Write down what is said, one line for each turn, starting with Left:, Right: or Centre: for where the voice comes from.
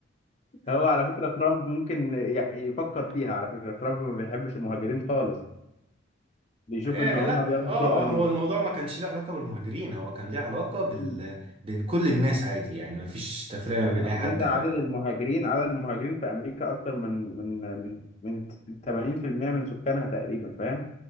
Left: هو على فكره ترامب ممكن ي- يفكر فيها على فكره ترامب ما بيحبش المهاجرين خالص بيشوف
Right: إيه
Left: ان هم
Right: لا
Left: بياخدوا
Right: اه
Left: خير امريكا
Right: هو الموضوع ما كانش له علاقة بالمهاجرين هو كان ليه علاقة بال...
Left: مم.
Right: بين كل الناس عادي يعني ما فيش تفرقة ما بين
Left: أصل
Right: اي حد
Left: انت عدد
Right: هنا
Left: المهاجرين عدد المهاجرين في امريكا اكتر من من من من 80% من سكانها تقريبا فاهم